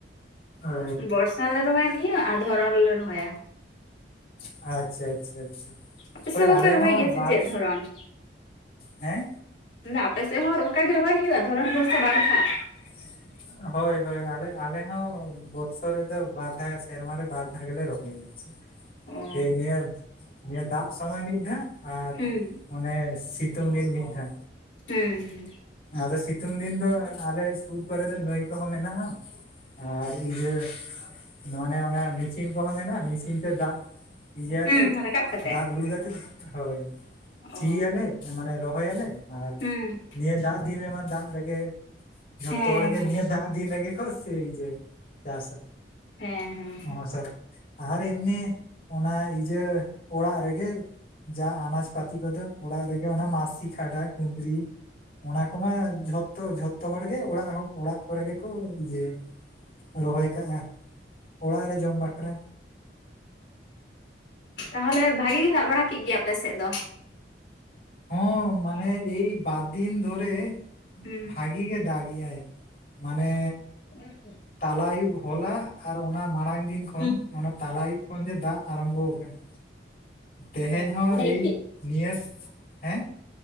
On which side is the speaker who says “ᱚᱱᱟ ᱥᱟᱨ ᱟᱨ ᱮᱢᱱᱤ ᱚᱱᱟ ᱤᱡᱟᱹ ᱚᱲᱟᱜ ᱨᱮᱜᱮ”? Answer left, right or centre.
Left